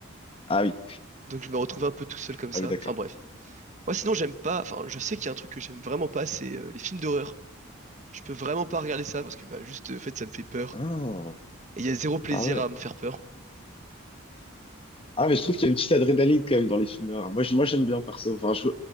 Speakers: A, on the left (about 25°); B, on the right (about 35°).
A: ah oui,
B: Donc je me retrouvais un peu tout seul comme ça.
A: ah oui, d'accord.
B: Enfin bref. Moi sinon, j'aime pas. Enfin, je sais qu'il y a un truc que j'aime vraiment pas, c'est euh, les films d'horreur. Je peux vraiment pas regarder ça parce que bah juste, euh, en fait, ça me fait peur.
A: Ah,
B: Et il y a zéro plaisir
A: ah ouais.
B: à me faire peur.
A: Ah, mais je trouve qu'il y a une petite adrénaline quand même dans les films noirs. Moi, je- moi, j'aime bien perso. Enfin, je,